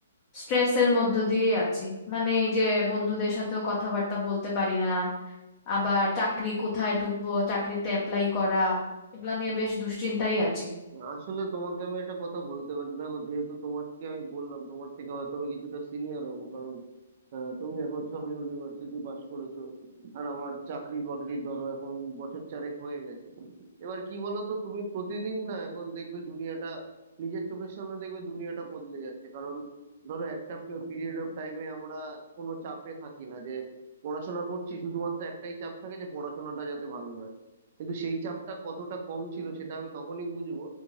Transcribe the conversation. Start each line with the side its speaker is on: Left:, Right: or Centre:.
Left: স্ট্রেসের মধ্য দিয়ে আছি মানে এই যে বন্ধুদের সাথেও কথাবার্তা বলতে পারি না আবার চাকরি কোথায় ঢুকবো চাকরিতে অ্যাপ্লাই করা এগুলা নিয়ে বেশ দুশ্চিন্তাই আছি
Right: আসলে তোমাকে আমি একটা কথা বলতে পারি দেখো যেহেতু তোমাকে আমি বললাম তোমার থেকে হয়তো আমি কিছুটা সিনিয়র হবো কারণ আহ, তুমি এখন সবে ইউনিভার্সিটি পাস করেছো আর আমার চাকরি বাকরি ধরো এখন বছর চারেক হয়ে গেছে এবার কি বলো তো তুমি প্রতিদিন না এখন দেখবে দুনিয়াটা নিজের চোখের সামনে দেখবে দুনিয়াটা বদলে যাচ্ছে কারণ ধরো একটা পিরিয়ড অফ টাইমে আমরা কোনো চাপে থাকি না যে পড়াশোনা করছি শুধুমাত্র একটাই চাপ থাকে যে পড়াশোনাটা যাতে ভালো হয় কিন্তু সেই চাপটা কতটা কম ছিল সেটা আমি তখনই বুঝবো